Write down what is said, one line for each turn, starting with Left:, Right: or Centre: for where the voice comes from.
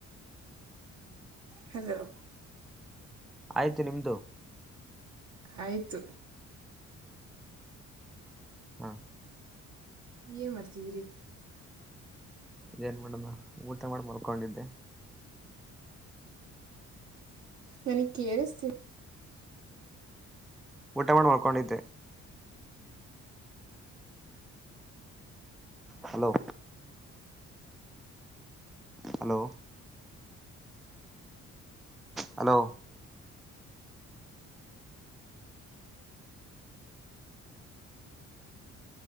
Right: ಹಲೋ.
Centre: ಆಯ್ತು ನಿಮ್ದು
Right: ಆಯ್ತು
Centre: ಹಾ
Right: ಏ ಮಾಡ್ತಿದ್ರಿ.
Centre: ಇದೇನ್ ಮಾಡನ ಊಟ ಮಾಡ ಮಲ್ಕೊಡಿದ್ದೆ.
Right: ನನಗ್ ಕೇಳಸ್ತಿ
Centre: ಊಟ ಮಾಡ್ ಮಕ್ಕೊಂಡಿದ್ದೆ ಹಲೋ ಹಲೋ ಹಲೋ